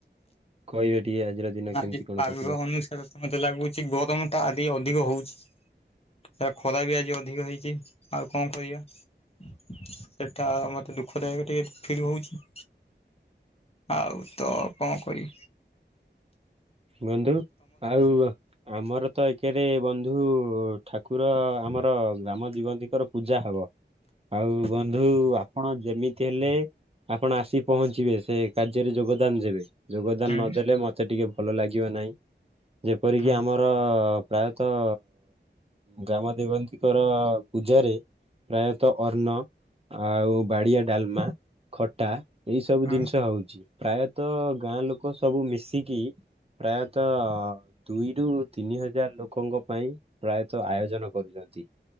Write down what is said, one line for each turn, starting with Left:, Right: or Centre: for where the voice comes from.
Right: କହିବେ ଟିକେ ଆଜିର ଦିନ
Left: ଆଜି
Right: କେମିତି କଣ
Left: ପାଗ
Right: କଟିବା?
Left: ଅନୁସାରେ ତ ମତେ ଲାଗୁଛି ଗରମ ଟା ଆଦି ଅଧିକ ହଉଛି। ସେ ଖରା ବି ଆଜି ଅଧିକ ହେଇଛି ଆଉ କଣ କରିବାଆ ସେଟା ମତେ ଦୁଃଖଦାୟକ ଟିକେ ଫିଲ୍ ହଉଛି। ଆଉ ତ କଁ କରି
Right: ବନ୍ଧୁ ଆଉ ଅ ଆମର ତ ଏକେରେ ବନ୍ଧୁ ଠାକୁର ଆମର ଗ୍ରାମ ଜୀବନ୍ତୀଙ୍କର ପୂଜା ହବ। ଆଉ ବ ନ୍ଧୁ ଆପଣ ଯେମିତି ହେଲେ ଆପଣ ଆସି ପହଞ୍ଚିବେ ସେ କାର୍ଯ୍ୟରେ ଯୋଗଦାନ ଦେବେ। ଯୋଗଦାନ
Left: ହୁଁ
Right: ନଦେଲେ ମତେ ଟିକେ ଭଲ ଲାଗିବ ନାହିଁ ଯେପରିକି
Left: ହୁଁ
Right: ଆମ ର ପ୍ରାୟତଃ ଗ୍ରାମ ଦେବନ୍ତୀଙ୍କର ପୂଜାରେ ପ୍ରାୟତଃ ଅନ୍ନ ଆଉ ବାଡି଼ଆ ଡ଼ାଲମା ଖଟା ଏଇ ସବୁ
Left: ହୁଁ
Right: ଦିନଷ ହଉଛି। ପ୍ରାୟତଃ ଗାଁ ଲୋକ ସବୁ ମିଶିକି ପ୍ରାୟତଃ ଦୁଇରୁ ତିନି ହଜାର ଲୋକଙ୍କ ପାଇଁ ପ୍ରାୟତଃ ଆୟୋଜନ କରୁଚନ୍ତି।